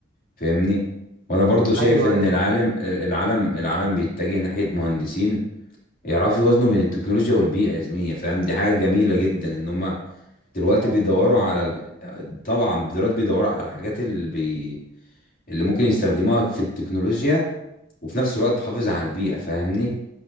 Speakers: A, on the left; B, on the right.
A: فاهمني وانا برضو شايف
B: ايوه
A: ان
B: ايوه
A: العالم العالم العالم بيتجه ناحيه مهندسين يعرفوا يوازنوا بين التكنولوجيا والبيئه يا زميلي فاهم دي حاجه جميله جدا ان هم دلوقتي بيدوروا
B: فبالمصلحه
A: على ال... طبعا دلوقتي بيدوروا على الحاجات اللي بي... اللي ممكن يستخدموها في التكنولوجيا وفي نفس الوقت تحافظ على البيئه فاهمني